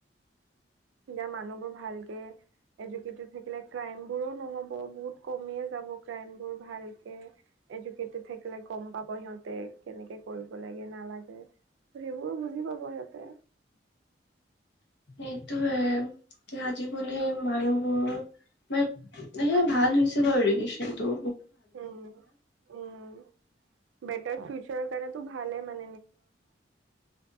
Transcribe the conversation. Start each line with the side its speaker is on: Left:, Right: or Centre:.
Right: যা মানুহবোৰ ভালকে এডুকেটেড থাকিলে ক্ৰাইম বোৰো নহ'ব বহুত কমিয়ে যাব ক্ৰাইম বোৰ ভালকে এডু- কেইটেত থাকিলে গম পাব সিহঁত তে কেনেকে কৰিব লাগে নালাগে ত সেইবোৰো বুজি পাব সিহঁতে।
Left: এইটোহে আজি বুলি মানুহবোৰ বাট এ ভাল হৈছে বাৰু ইৰিগেশ্যনটো
Right: উম উম বেটাৰ ফিউচাৰ কাৰণটো ভালে মা-